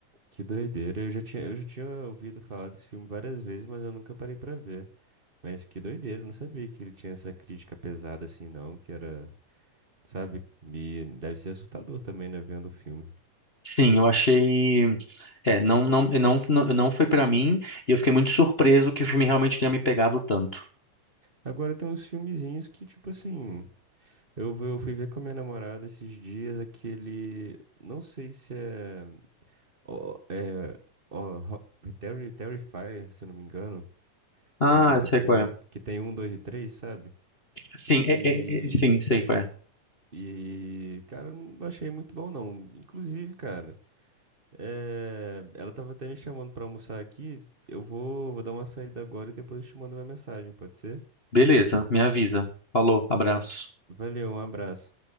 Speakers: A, on the right; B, on the left.
A: que doideira. Eu já tinha, eu já tinha ouvido falar desse filme várias vezes, mas eu nunca parei pra ver. Mas que doideira, eu não sabia que ele tinha essa crítica pesada assim, não, que era, sabe? E deve ser assustador também, né, vendo o filme.
B: Sim, eu achei. É, não, não, não, não, não foi pra mim e eu fiquei muito surpreso que o filme realmente tenha me pegado tanto.
A: Agora tem uns filmezinhos que, tipo assim. Eu, eu fui ver com a minha namorada esses dias aquele. Não sei se é. ó, é ó, Ro- Terry, Terrifier, se eu não me engano,
B: Ah,
A: é o nome
B: eu
A: do
B: sei
A: filme.
B: qual é.
A: Que tem um, dois e três, sabe?
B: Sim,
A: E.
B: é, é, é, sim, sei qual é.
A: E. Cara, eu não achei muito bom, não. Inclusive, cara, é, ela tava até me chamando pra almoçar aqui. Eu vou, vou dar uma saída agora e depois eu te mando uma mensagem, pode ser?
B: Beleza, me avisa. Falou, abraço.
A: Valeu, um abraço.